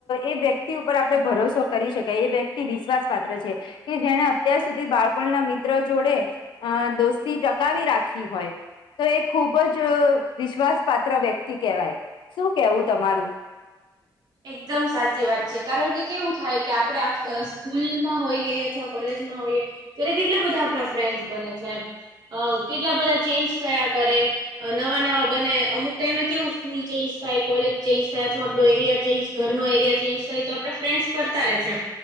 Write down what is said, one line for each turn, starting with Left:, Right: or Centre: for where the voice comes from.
Left: એ વ્યક્તિ ઉપર આપણે ભરોસો કરી શકાય, એ વ્યક્તિ વિશ્વાસ પાત્ર છે. કે જેણે અત્યાર સુધી બાળપણના મિત્ર જોડે અ દોસ્તી ટકાવી રાખી હોય. તો એ ખુબ જ વિશ્વાસ પાાત્ર વ્યક્તિ કહેવાય શું કેવું તમારું?
Right: એકદમ સાચી વાત છે, કારણ કે કેવું થાય કે, આપણે આ સ્કૂલમાં હોઈએ, અથવા કોલેજમાં હોઈએ. ત્યારે કેટલા બધા આપણા ફ્રેન્ડસ બને છે, કેટલા બધા ચેન્જ થયા કરે. નવા-નવા બને, અમુક ટાઈમે કેવું સ્કૂલ ચેન્જ થાય, કોલેજ ચેન્જ થાય, અથવા આપડો એરિયા ચેન્જ ઘરનો એરિયા, ચેન્જ તો આપે કરતા ર રહે છે, એમ.